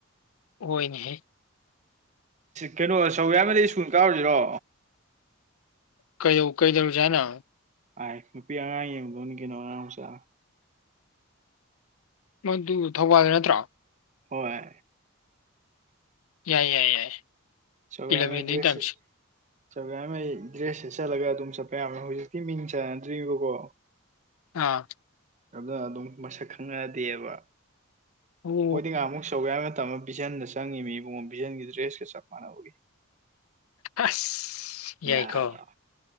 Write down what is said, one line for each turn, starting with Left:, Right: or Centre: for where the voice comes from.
Left: ꯑꯣꯏꯣꯏꯅꯦ
Right: ꯀꯩꯅꯣ ꯆꯧꯦ ꯍꯥꯏꯃ ꯁ꯭ꯀꯨꯜ ꯀꯥꯔꯨꯁꯤꯔꯣ
Left: ꯀꯩ ꯀꯩꯗꯔꯖꯅ
Right: ꯑꯥꯏ ꯅꯨꯄꯤ ꯑꯉꯥꯡ ꯌꯦꯡꯗꯧꯅꯤ ꯀꯩꯅꯣ ꯑꯉꯥꯡ ꯃꯆꯥꯥ
Left: ꯃꯗꯨ ꯊꯧꯕꯥꯜꯗꯨ ꯅꯠꯇ꯭ꯔꯣ
Right: ꯍꯣꯏ
Left: ꯌꯥꯏ ꯌꯥꯏ ꯌꯥꯏ
Right: ꯆꯧꯒ
Left: ꯏꯂꯚꯦꯟꯗꯩ
Right: ꯗ꯭ꯔꯦꯁ
Left: ꯇꯝꯁꯤ
Right: ꯆꯧꯒ ꯗ꯭ꯔꯦꯁ ꯑꯦꯁꯥ ꯂ ꯇꯨ ꯁ ꯍꯧꯖꯤꯛꯇꯤ ꯃꯤꯡ ꯆꯥꯟꯅꯗ꯭ꯔꯤꯕꯀꯣ
Left: ꯑꯥ
Right: ꯑꯗꯨꯅ ꯑꯗꯨꯝ ꯃꯁꯛ ꯈꯪꯉꯛꯑꯗꯤꯕ
Left: ꯑꯣ
Right: ꯍꯣꯏꯗꯤ ꯉꯍꯥꯃꯨꯛ ꯁꯧ ꯌꯥ ꯃꯇꯝ ꯑꯃ ꯄꯤꯖꯟꯗ ꯆꯪꯉꯤ ꯃꯤ ꯏꯕꯨꯡꯉꯣ ꯄꯤꯖꯟꯒꯤ ꯗ꯭ꯔꯦꯁꯀ ꯆꯞ ꯃꯥꯟꯅꯅꯕꯒꯤ
Left: ꯑꯁ ꯌꯥꯏꯀꯣ
Right: ꯌꯥꯗ꯭ꯔꯣ